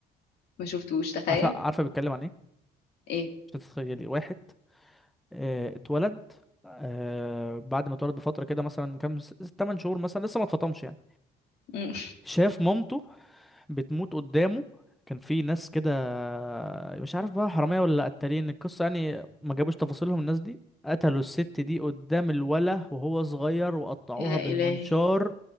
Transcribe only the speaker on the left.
ما شفتوش تخيل
ايه
مم.
<laughs> يا
إلهي